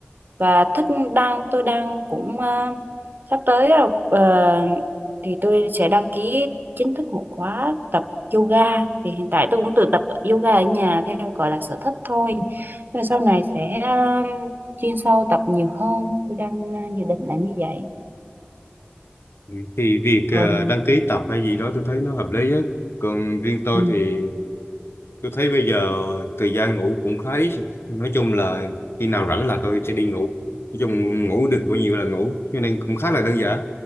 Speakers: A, on the right; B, on the left.
A: và thích đang tôi đang cũng ờ, sắp tới rồi ờ, thì tôi sẽ đăng ký chính thức một khóa tập yoga thì hiện tại tôi cũng tự tập yoga ở nhà theo gọi là sở thích thôi nhưng mà sau này sẽ ờ, chuyên sâu tập nhiều hơn tôi đang ờ, dự định là như vậy
B: Ừ, thì việc ờ,
A: còn
B: đăng ký tập hay gì đó tôi thấy nó hợp lý á còn riêng tôi
A: ừ.
B: thì tôi thấy bây giờ thời gian ngủ cũng khá ít nói chung là khi nào rảnh là tôi sẽ đi ngủ nói chung ngủ được bao nhiêu là ngủ cho nên cũng khá là đơn giản